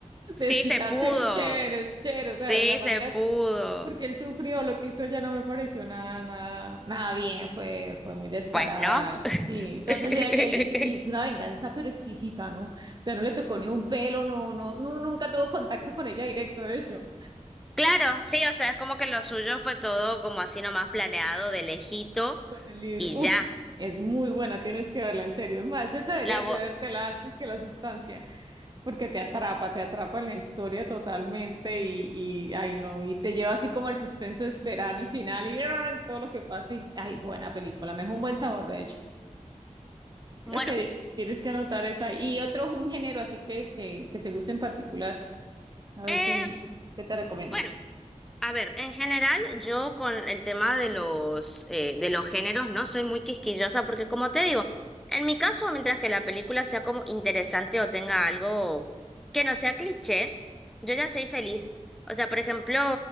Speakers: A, in the centre; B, on the right (about 35°).
A: Sí
B: de desquitarse
A: se pudo.
B: chéveres, chéveres,
A: Sí
B: o sea, la manera
A: se pudo.
B: porque él sufrió, lo que hizo ya no me pareció nada, nada, nada bien, fue, fue muy descarada.
A: Pues no.
B: Sí, entonces
A: <laughs>
B: él, él hizo, él hizo una venganza pero exquisita, ¿no? O sea, no le tocó ni un pelo, no, no, no, nunca tuvo contacto con ella directo, de hecho,
A: Claro, sí, o sea, es como que lo suyo fue todo como así nomás planeado de lejito
B: con el libro.
A: y
B: Uf,
A: ya.
B: es muy buena, tienes que verla en serio. Es más, esa deberías
A: La voz...
B: de vértela antes que la sustancia, porque te atrapa, te atrapa en la historia totalmente y, y ay no, y te lleva así como el suspenso de esperar el final y, ay, todo lo que pasa. Y, ay, buena película, me dejó un buen sabor, de hecho. Creo
A: Bueno,
B: que tienes que anotar esa. Y otro gen- género así que, que, que te guste en particular. A ver
A: eh,
B: si, ¿qué te recomiendo?
A: bueno. A ver, en general, yo con el tema de los, eh, de los géneros no soy muy quisquillosa porque, como te digo, en mi caso, mientras que la película sea como interesante o tenga algo que no sea cliché, yo ya soy feliz. O sea, por ejemplo,